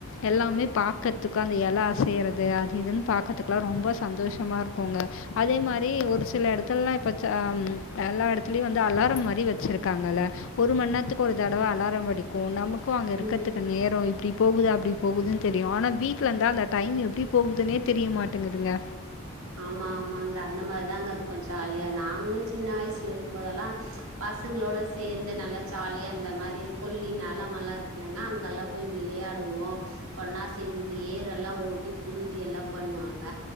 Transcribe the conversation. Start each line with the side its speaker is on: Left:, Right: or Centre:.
Left: எல்லாமே பாக்கதுக்கு அந்த எல அசைய்றது அது இதுன்னு பாக்கற்துக்லா ரொம்ப சந்தோஷமா இருக்குங்க அதே மாரி ஒரு சில எடத்துல்லா இப்பச்சாம் எல்லா எடத்துல்யு வந்து அலார மாரி வச்சுருக்காங்கள ஒரு மண் நேர்த்துக்கு ஒரு தடவ அலாரம் அடிக்கு நம்மு க்கோ அங்க இருக்கத்துக்கு
Right: ம்
Left: நேரோ இப்டி போகுது அப்டி போகுதுன் தெரியு ஆனா வீட்ல இந்தா அந்த டைம் எப்டி போகுதுனே தெரியமாட்டேங்குதுங்க
Right: ஆமா ஆமாங்க அந்த மாரிதாங்க இருக்கு ஜாலியா நாங்ளு சின்ன வய்சுல இர்க்கு போதெல்லான் பசங்களோட சேந்து நல்லா ஜாலி இந்த மாரி கொல்லி நலமல்லா இருக்குலன்னாங் அங்கல்லா போய் விளியாடுவோ ஒண்ணா சேந்து இந்த் ஏரெல்லா ஓட்டி புழுதி எல்லா பண்ணுவாங்க